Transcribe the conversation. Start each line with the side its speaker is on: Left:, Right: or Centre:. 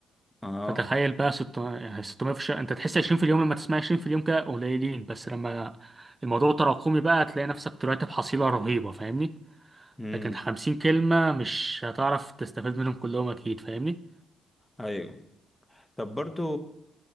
Centre: اه
Right: فتخيل بقى ست يعني ستمية في الشهر انت تحس عشرين في اليوم لما تسمع عشرين في اليوم كده قليلين بس لما الموضوع تراكمي بقى هتلاقي نفسك طلعت بحصيلة رهيبة فاهمني
Centre: امم
Right: لكن خمسين كلمة مش هتعرف تستفيد منهم كلهم أكيد فاهمني
Centre: ايوه طب برضو